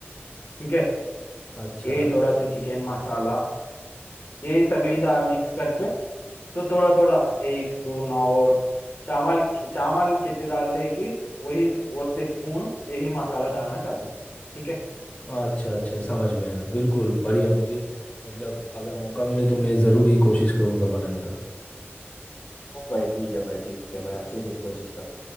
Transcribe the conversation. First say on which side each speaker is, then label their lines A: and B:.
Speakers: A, on the left; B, on the left.
A: ठीक है
B: अच्छा
A: यही थोड़ा से चिकन मसाला यही सभी दा मिक्स करके तो थोड़ा थोड़ा एक स्पून और चावल चावल कितने डालते हैं कि वही उतने स्पून यही मसाला डालना चाहते हैं ठीक है
B: अच्छा अच्छा समझ में आया बिल्कुल बढ़िया मुझे मतलब अगर मौका मिले तो मैं ज़रूर ये कोशिश करूँगा बनाने का
A: हाँ भाई ठीक है भाई ठीक है भाई अच्छे से कोशिश करो